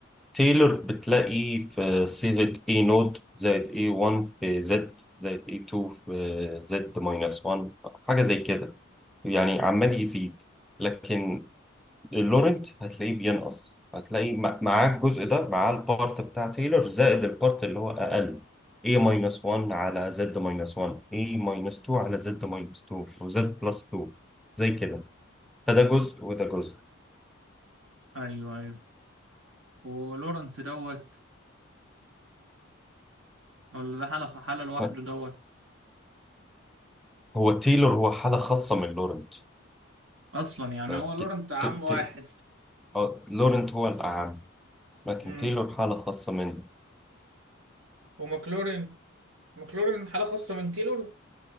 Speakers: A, in the centre; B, on the right.
A: تايلور بتلاقيه في صيغة اي نود زائد اي 1 في زد زائد اي 2 في زد ماينس 1 حاجة زي كده يعني عمال يزيد لكن اللورنت هتلاقيه بينقص هتلاقي مع- معاه الجزء ده معاه البارت بتاع تايلور زائد البارت اللي هو اقل A ماينس 1 على Z ماينس 1 A ماينس 2 على Z ماينس 2 وZ بلس 2 زي كده فده جزء وده جزء
B: ايوه ايوه ولورنت دوت ولا ده حالة حالة لوحده
A: ف-
B: دوت
A: هو تايلور هو حالة خاصة من لورنت
B: اصلا يعني
A: لكن
B: هو لورنت عم
A: ت- ت-
B: واحد
A: آه، لورنت هو الأعم لكن
B: مم.
A: تايلور حالة خاصة منه
B: وماكلورين ماكلورين حالة خاصة من تايلور